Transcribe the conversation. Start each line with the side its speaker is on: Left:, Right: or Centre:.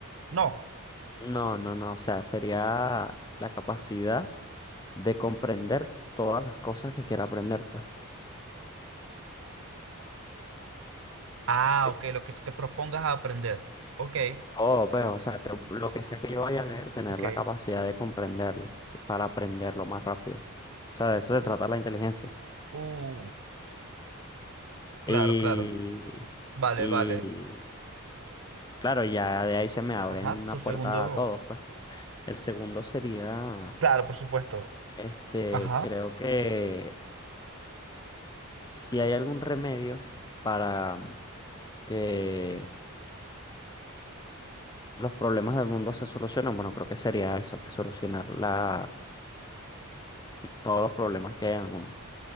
Right: No.
Left: no, no, no, o sea, sería la capacidad de comprender todas las cosas que quiera aprender, pues.
Right: Ah,
Left: De
Right: ok, lo que tú te propongas a aprender. Ok,
Left: Todo, pues, o sea, que lo que sea que yo vaya a leer, tener
Right: ok.
Left: la capacidad de comprenderlo y para aprenderlo más rápido. O sea, de eso se trata la inteligencia.
Right: Uf, claro,
Left: Y,
Right: claro. Vale,
Left: y
Right: vale.
Left: claro, ya de ahí se me abren
Right: Ajá,
Left: una
Right: tu
Left: puerta
Right: segundo.
Left: a todos, pues. El segundo sería,
Right: Claro, por supuesto.
Left: este,
Right: Ajá.
Left: creo que si hay algún remedio para mm, que los problemas del mundo se solucionen, bueno, creo que sería eso, pues solucionar la, todos los problemas que hay en el mundo.